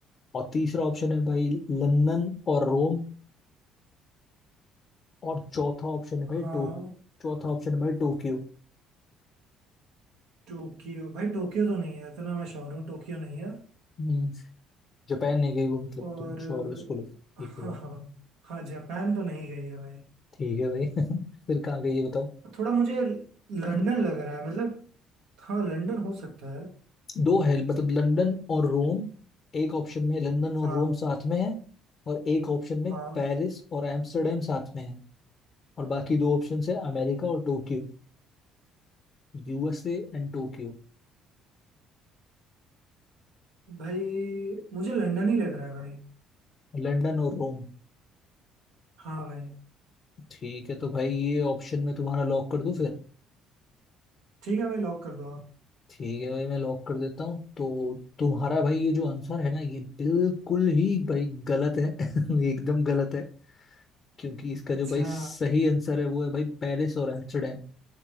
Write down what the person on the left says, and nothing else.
और तीसरा ऑप्शन है भाई लंदन और रोम और चौथा ऑप्शन है भाई
टो चौथा ऑप्शन है भाई टोक्यो
हम्म, जापान नहीं गई वो मतलब
तुम श्योर हो इसको लेकर ठीक
है भाई
ठीक है भाई <laughs> फिर कहाँ गई ये बताओ
दो है मतलब लंदन और रोम एक ऑप्शन में लंदन और
रोम साथ में है और एक ऑप्शन में
पेरिस और एम्स्टर्डम साथ में है और बाकी दो ऑप्शन है अमेरिका और Tokyo USA and Tokyo
London और रोम
ठीक है तो भाई ये ऑप्शन में तुम्हारा लॉक कर दूं फिर
ठीक है भाई मैं लॉक कर देता हूँ तो तुम्हारा भाई ये जो आंसर है ना ये बिल्कुल ही भाई गलत है <laughs> एकदम गलत है क्योंकि इसका
जो भाई सही आंसर है वो है भाई पेरिस और एम्स्टर्डम